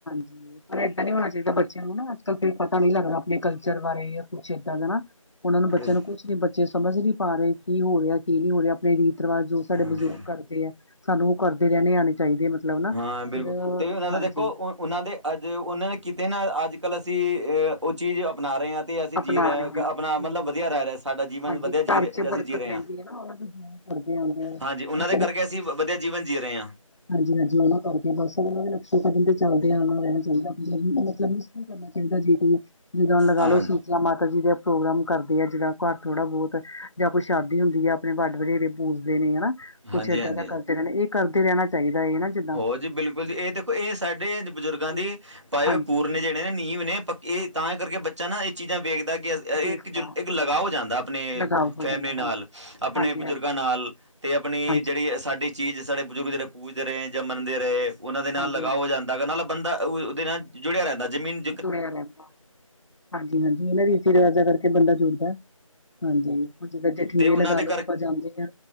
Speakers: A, on the left (about 55°); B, on the right (about 55°).
A: ਪਰ ਏਦਾਂ ਨੀ ਹੋਣਾ ਚਾਹੀਦਾ ਬੱਚਿਆਂ ਨੂੰ ਨਾ ਅੱਜ ਕੱਲ ਫੇਰ ਪਤਾ ਨੀ ਲੱਗਣਾ ਆਪਣੇ ਕਲਚਰ ਬਾਰੇ ਕੁਛ ਏਦਾ ਦਾ ਨਾ ਉਹਨਾਂ ਨੂੰ ਬੱਚਿਆਂ
B: ਬਿਲਕੁਲ
A: ਨੂੰ ਕੁਛ ਨ ਬੱਚੇ ਸਮਝ ਨਹੀ ਪਾ ਰਹੇ ਕੀ ਹੋ ਰਿਹਾ ਕੀ ਨਹੀਂ ਹੋ ਰਿਹਾ ਆਪ ਰੀਤ ਰਿਵਾਜ ਜੋ ਸਾਡੇ
B: ਹਮ
A: ਬਜ਼ੁਰਗ ਕਰਦੇ ਹੈ ਸਾਨੂੰ ਉਹ ਕਰਦੇ ਰਹਿਣੇ ਆਉਣੇ ਚਾਹੀਦੇ ਮਤਲਬ ਨਾ
B: ਹਾਂ ਬਿਲਕੁਲ
A: ਫਿਰ
B: ਤੇ ਉਹਨਾਂ ਦਾ
A: ਹਾਂਜੀ
B: ਦੇਖੋ ਉਹਨਾਂ ਦੇ ਅੱਜ ਉਹਨਾਂ ਨੇ ਕਿਤੇ ਨਾ ਅੱਜ ਕੱਲ੍ਹ ਅਸੀਂ ਉਹ ਚੀਜ਼ ਅਪਣਾ ਰਹੇ ਹਾਂ ਤੇ ਅਸੀਂ
A: ਅਪਣਾ
B: ਜੀਅ ਰਹੇ ਹਾਂ ਆਪਣਾ
A: ਜੀ
B: ਮਤਲਬ
A: ਰਹੇ।
B: ਵਧੀਆ ਰਹਿ ਰਿਹਾ ਸਾਡਾ ਜੀਵਨ
A: ਹਾਂਜੀ
B: ਵਧੀਆ ਜੀਅ
A: ਘਰ
B: ਰਿਹਾ
A: ਚ ਬਰਕਤ
B: ਅਸੀਂ ਜੀਅ ਰਹੇ
A: ਰਹਿੰਦੀ
B: ਹਾਂ
A: ਹੈ ਨਾ ਉਹਨਾਂ ਦੀ ਦੁਆ ਕਰਦੇ ਆਉਂਦੇ ਆ
B: ਹਾਂਜੀ ਉਨਾ
A: ਉਹ
B: ਦੇ ਕਰਕੇ ਅਸੀਂ ਵਧੀਆ ਜੀਵਨ ਜੀਅ ਰਹੇ ਹਾਂ
A: ਹਾਂਜੀ-ਹਾਂਜੀ ਉਹ ਕਰ ਬਸ ਉਹਨਾਂ ਦੇ ਨਕਸ਼ੇ ਕਦਮ ਤੇ ਚੱਲਦੇ ਆਉਣਾ ਰਹਿਣਾ ਚਾਹੀਦਾ ਮਤਲਬ ਕਰਨਾ ਚਾਹੀਦਾ ਜੇ ਕੋਈ ਜਿੱਦਾਂ ਲਗਾ
B: ਹਾਂ
A: ਲੋ
B: ਹਾਂਜੀ
A: ਸੀਤਲਾ ਮਾਤਾ ਜੀ ਦਾ ਪ੍ਰੋਗਰਾਮ ਕਰਦੇ ਆ ਜਿੱਦਾਂ ਘਰ ਥੋੜਾ ਬਹੁਤ ਜਾਂ ਕੋਈ ਸ਼ਾਦੀ ਹੁੰਦੀ ਆ ਆਪਣੇ ਵੱਡ ਵਡੇਰੇ ਪੂਜਦੇ ਨੇ ਹਨਾ ਕੁਛ
B: ਹਾਂਜੀ
A: ਇਏਦਾਂ
B: ਹਾਂਜੀ।
A: ਦਾ ਕਰਦੇ ਰਹਿਣਾ ਇਹ ਕਰਦੇ ਰਹਿਣਾ ਚਾਹੀਦਾ ਇਹ ਨਾ ਜਿੱਦਾਂ
B: ਹੋ ਜੀ ਬਿਲਕੁਲ ਜੀ ਇਹ ਦੇਖੋ ਇਹ ਸਾਡੇ ਬਜ਼ੁਰਗਾਂ
A: ਇਹ
B: ਦੀ ਪਾਏ
A: ਹਾਂਜੀ
B: ਹੋਏ ਪੂਰਨੇ ਜਿਹੜੇ ਨੇ ਨੀਂਵ ਨੇ ਪ ਇਹ ਤਾਂ ਕਰਕੇ ਬੱਚਾ ਨਾ ਇਹ ਚੀਜ਼ਾਂ ਵੇਖਦਾ ਕਿ
A: ਦੇਖਦਾ
B: ਇੱਕ ਜੁ ਇੱਕ ਲਗਾ ਹੋ ਜਾਂਦਾ ਆਪਣੇ
A: ਲਗਾਵ ਹੋ
B: ਫੈਮਿਲੀ
A: ਜਾਂਦਾ
B: ਨਾਲ
A: ਹਾਂਜੀ
B: ਆਪਣੇ
A: ਹਾਂਜੀ
B: ਬਜ਼ੁਰਗਾਂ
A: ਹਾਂਜੀ
B: ਨਾਲ ਤੇ ਆਪਣੀ
A: ਹਾਂਜੀ
B: ਜਿਹੜੀ ਸਾਡੀ ਚੀਜ਼ ਸਾਡੇ ਬਜ਼ੁਰਗ ਜਿਹੜੇ ਪੂਜਦੇ ਰਹੇ ਜਾਂ ਮੰਨਦੇ ਰਹੇ ਉਹਨਾਂ ਦੇ ਨਾਲ
A: ਹਾਂਜੀ
B: ਲਗਾ
A: ਹਾਂਜੀ
B: ਹੋ ਜਾਂਦਾ ਨਾਲ ਬੰਦਾ ਉਹ ਉਹਦੇ ਨਾਲ ਜੁੜਿਆ ਰਹਿੰਦਾ ਜਮੀਨ
A: ਰਹਿੰਦਾ ਹਾਂਜੀ-ਹਾਂਜੀ ਇਹਨਾਂ ਰੀਤੀ ਰਿਵਾਜਾਂ ਕਰਕੇ ਬੰਦਾ ਜੁੜਦਾ ਹਾਂਜੀ ਹ ਜਦਾਂ ਜਠੇਰੇ
B: ਤੇ ਉਹਨਾਂ
A: ਲਗਾ
B: ਦੇ
A: ਲੋ ਆਪਾਂ ਜਾਂਦੇ ਹਾਂ